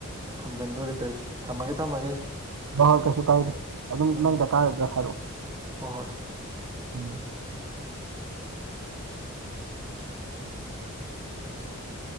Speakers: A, on the right; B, on the right.
A: ꯊꯝꯖꯤꯟꯗꯣꯣꯔꯦ ꯇꯧꯔꯤꯁꯦ ꯊꯝꯃꯒꯦ ꯊꯝꯃꯒꯦ
B: ꯜ ꯀꯩꯁꯨ ꯀꯥꯏꯗꯦ ꯑꯗꯨꯝ
A: ꯎꯝ
B: ꯅꯪ ꯗ ꯀꯥꯔꯗ꯭ꯔ ꯍꯥꯏꯔꯛꯑꯣ
A: ꯍꯣꯏ ꯍꯣꯏ
B: ꯎ
A: ꯎ